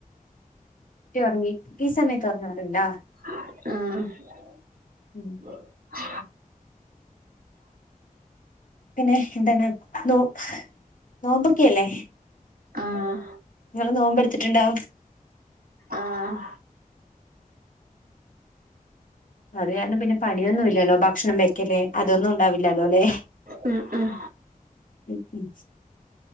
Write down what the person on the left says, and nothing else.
ട്ടി ഒർങ്ങി. ഈ സമയത്ത് ഒർങ്ങാറ്ണ്ടോ?
ഉം പിന്നെ എന്താണ് നോ നോമ്പൊക്കെ ഇല്ലേ?
ഇങ്ങള് നോമ്പെടുത്തിട്ടുണ്ടോ?
അത് കാരണം പിന്നെ പണിയൊന്നു ഇല്ലല്ലോ. ഭക്ഷണം വെക്കല് അതൊന്നും ഉണ്ടാവില്ലാല്ലോ ല്ലേ.
ഉം ഉം